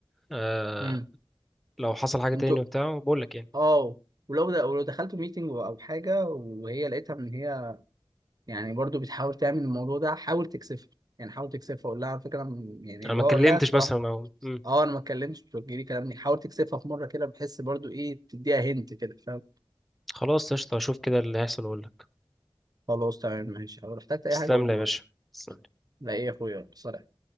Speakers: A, in the centre; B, on the right.
A: آه
B: امم
A: لو حصل حاجه
B: انتوا
A: تاني وبتاع بقول لك يعني
B: اه ولو ده ولو دخلتوا ميتنج او حاجه وهي لقيتها ان هي يعني برضو بتحاول تعمل الموضوع ده حاول تكسفها يعني حاول تكسفها قول لها على فكره م- يعني
A: انا
B: اللي
A: ما اتكلمتش
B: هو قول لها الصراحه
A: مثلا او مم.
B: اه انا ما اتكلمتش بتوجهلي كلامني حاول تكسفها في مره كده بحس برضو ايه تديها هنت كده فاهم
A: خلاص قشطه اشوف كده اللي هيحصل واقول لك
B: خلاص تمام ماشي لو احتجت اي
A: تسلم
B: حاجه قول
A: لي
B: لي
A: يا
B: برضو
A: باشا تسلم.
B: لا ايه يا اخويا يلا، سلام